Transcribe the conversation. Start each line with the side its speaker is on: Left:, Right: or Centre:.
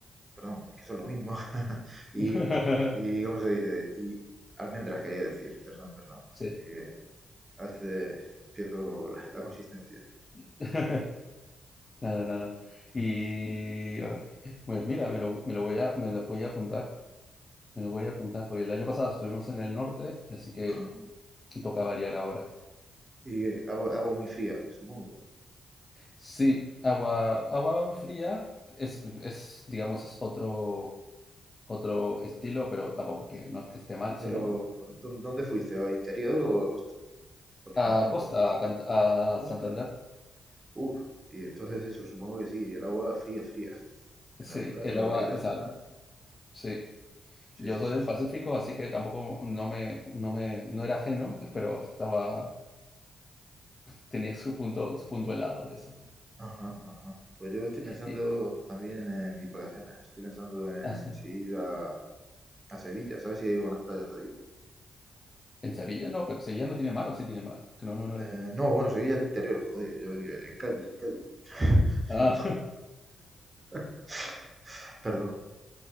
Right: perdón, es que son lo mismo, <laughs> y,
Left: <laughs>
Right: y, ¿cómo se dice? Y almendras quería decir, perdón, perdón,
Left: Sí.
Right: es que a veces pierdo la, la consistencia.
Left: <laughs> Nada, nada. Y ay, pues mira, me lo, me lo voy a, me lo voy a apuntar, me lo voy a apuntar, porque el año pasado estuvimos en el norte, así que
Right: Ajá.
Left: toca variar ahora.
Right: Y eh, agua, agua muy fría, supongo.
Left: Sí, agua, agua fría es, es, digamos, es otro, otro estilo, pero tampoco que no es que esté mal, sino
Right: Pero, ¿dó- ¿dónde fuiste? ¿A interior o a costa? Porque
Left: a
Right: pensaba en
Left: Costa,
Right: costa.
Left: a, Cant- a
Right: Costa.
Left: Santander.
Right: Uf. Y entonces eso, supongo que sí, el agua fría, fría.
Left: Sí,
Right: Eh, La verdad,
Left: el
Right: por
Left: agua,
Right: aquella
Left: o
Right: zona.
Left: sea, sí.
Right: Sí,
Left: Yo
Right: sí,
Left: soy
Right: sí,
Left: del
Right: sí.
Left: Pacífico, así que tampoco no me, no me, no era ajeno, pero estaba, tenía su punto, su punto helado, eso.
Right: Ajá, ajá. Pues yo estoy pensando
Left: Y,
Right: también en mis vacaciones. Estoy pensando en
Left: ah, sí.
Right: si ir a, a Sevilla. ¿Sabes si hay buenas playas allí?
Left: En Sevilla no, pero Sevilla no tiene mar, o sí tiene mar. Que No, no, no.
Right: Eh,
Left: no.
Right: no, bueno, Sevilla es de interior. Joder, yo lo diré. En Cádiz, en Cádiz.
Left: Ah,
Right: Perdón. <laughs> Perdón.